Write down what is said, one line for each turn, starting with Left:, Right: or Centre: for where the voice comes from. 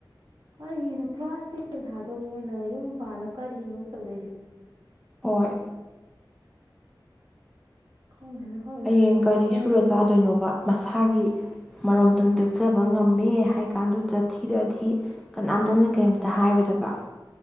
Right: ꯀꯔꯤꯒꯤꯅꯣ ꯀ꯭ꯂꯥꯁ ꯇꯦꯟ ꯊꯥꯗꯧꯕ ꯃꯣꯏꯅ ꯌꯨꯝ ꯄꯥꯜꯂꯒ ꯀꯔꯤꯅꯣ ꯇꯧꯗꯣꯏꯁꯦ꯫
Centre: ꯍꯣꯏ꯫
Right: ꯈꯪꯗꯦꯅ ꯈꯪꯗꯦꯅ
Centre: ꯍꯌꯦꯡ
Right: ꯇꯧꯔꯤꯁꯦ
Centre: ꯀꯔꯤ ꯁꯨꯔ ꯆꯥꯗꯣꯏꯅꯣꯕ꯫ ꯃꯁꯥꯒꯤ ꯃꯔꯣꯝꯇꯣꯝ ꯂꯦꯞꯆꯕ ꯉꯝꯃꯦ ꯍꯥꯏ ꯀꯥꯟꯗꯨꯗ ꯊꯤꯔꯛꯑꯗꯤ꯫ ꯀꯅꯥꯝꯇꯅ ꯀꯔꯤꯝꯇ
Right: ꯎꯝ
Centre: ꯍꯥꯏꯔꯣꯏꯗꯕ꯫